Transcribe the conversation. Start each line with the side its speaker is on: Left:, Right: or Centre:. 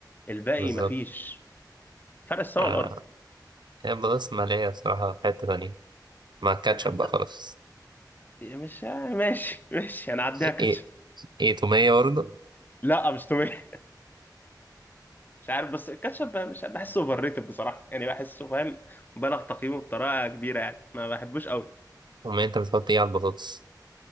Left: الباقي
Right: بالظبط
Left: مفيش فرق السما
Right: لا
Left: والارض
Right: لا هي البطاطس المقلية بصراحة في حتة تانية مع الكاتشب
Left: يعني حتى
Right: بقى خلاص
Left: مش ماشي ماشي انا عديها
Right: ايه
Left: كاتشب
Right: ايه إيه، تومية برضه
Left: لا مش توميه مش عارف بس الكاتشب مش بحسه اوفر ريتد بصراحه يعني بحسه فاهم مبالغ تقييمه بطريقه كبيره يعني ما بحبوش قوي
Right: تومية انت بتحط ايه على البطاطس؟